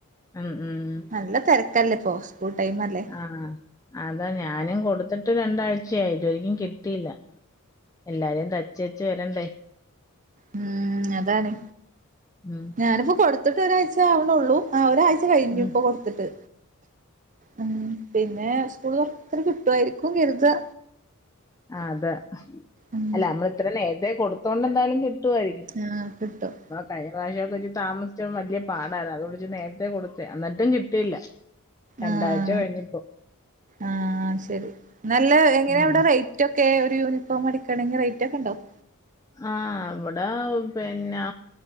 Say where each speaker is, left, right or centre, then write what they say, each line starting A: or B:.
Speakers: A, on the left; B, on the right.
A: ഉം ഉം ഉ
B: നല്ല തെരക്കല്ലെ ഇപ്പോ സ്കൂൾ ടൈംമല്ലേ.
A: ആഹ് അതാ ഞാനും കൊടുത്തിട്ട് രണ്ടാഴ്ചയായി ഇത് വരെക്കും കിട്ടിയില്ല എല്ലാരെയും ത ചേച്ച വരൻ
B: ഉം അതാണ്
A: ഉം
B: ഞാനിപ്പോ കൊടു ത്തിട്ട് ഒരാഴ്ച ആവ്ണൊള്ളൂ ആ ഒരാഴ്ച കഴിഞ്ഞു
A: ഉം
B: ഇപ്പൊ കൊടുത്തിട്ട് ഉം പിന്നെ സ്കൂള് തുറന്നിട്ട് കിട്ടു ആയിരിക്കും കര്താ.
A: ആഹ് അതെ
B: ഉം
A: അല്ല നമ്മള് ഇത്ര നേരത്തെ കൊടുത്തോണ്ട് എന്തായാലും കിട്ടുായിരിക്കും
B: ആഹ് കിട്ടും
A: കഴഞ്ഞറാശ്യക്കെ ഇഞ്ജ് താമസിച്ചും വല്ല്യ പാടാണ് അതൊയിച്ച് നേരത്തെ കൊടു എന്നട്ടും കിട്ടിയില്ല രണ്ടാഴ്ച
B: ആഹ്
A: കഴിഞ്ഞ്പ്പോ
B: ആഹ് ശരി. നല്ല എങ്ങനെയാ
A: ഉം.
B: അവിടെ റൈറ്റൊക്കെ ഒരു യൂനിഫോമടിക്കണെങ്കി റൈറ്റൊക്കെണ്ടാവും.
A: ആഹ് ഇവ്ടെ പിന്നെ